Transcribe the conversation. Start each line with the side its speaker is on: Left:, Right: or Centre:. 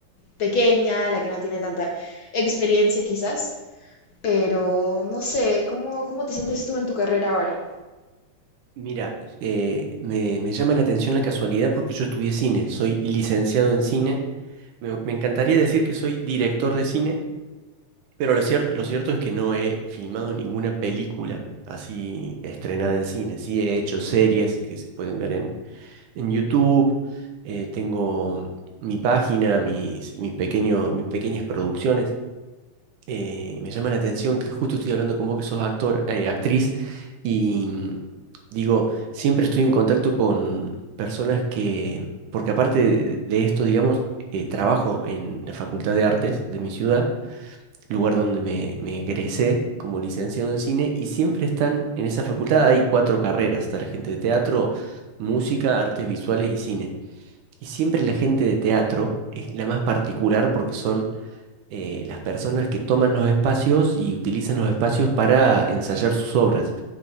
Left: pequeña, la que no tiene tanta experiencia quizás, pero no sé, ¿cómo, cómo te sientes tú en tu carrera ahora?
Right: Mira, eh, me, me llama la atención la casualidad porque yo estudié cine, soy licenciado en cine. Me, me encantaría decir que soy director de cine, pero lo cierto, lo cierto es que no he filmado ninguna película así estrenada en cine. Sí he hecho series que se pueden ver en, en YouTube, eh, tengo mi página, mis, mis pequeños, mis pequeñas producciones. eh, me llama la atención que justo estoy hablando con vos que sos actor, eh, actriz, y mm, digo, siempre estoy en contacto con personas que, porque aparte de, de esto, digamos, eh, trabajo en la Facultad de Artes de mi ciudad, lugar donde me, me egresé como licenciado en cine, y siempre están en esa facultad, hay cuatro carreras, está la gente de teatro, música, artes visuales y cine. Y siempre la gente de teatro es la más particular porque son eh, las personas que toman los espacios y utilizan los espacios para ensayar sus obras.